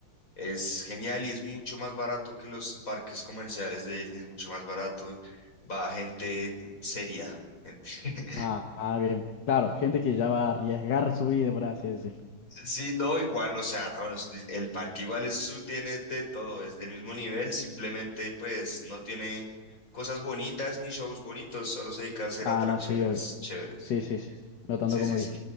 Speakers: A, on the left; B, on the left.
A: Es genial y es mucho más barato que los parques comerciales de Disney, es mucho más barato. Va gente seria, gente. <laughs>
B: Ah, ah, bien. Claro, gente que ya va a arriesgar su vida, por así decirlo.
A: Sí, no, igual, o sea, no, no es- el parque igual es su, tiene de todo, es del mismo nivel, simplemente pues no tiene cosas bonitas ni shows bonitos, solo se dedica a hacer
B: Ah,
A: atracciones
B: no, sí, obvio.
A: chéveres.
B: Sí, sí, sí. No tanto
A: Sí,
B: como
A: sí, sí,
B: dije.